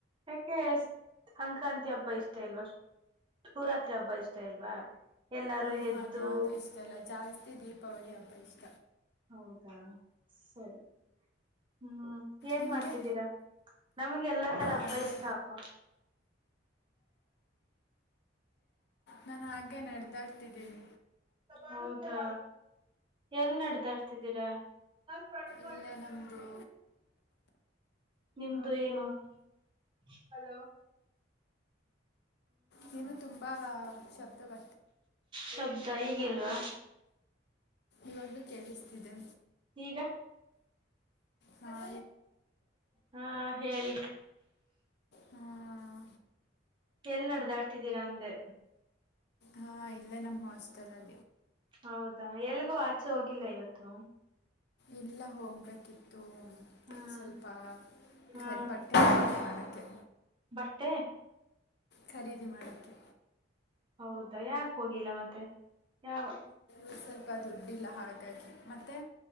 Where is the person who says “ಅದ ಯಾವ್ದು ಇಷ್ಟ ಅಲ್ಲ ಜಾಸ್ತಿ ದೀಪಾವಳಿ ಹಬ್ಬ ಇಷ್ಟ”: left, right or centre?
Left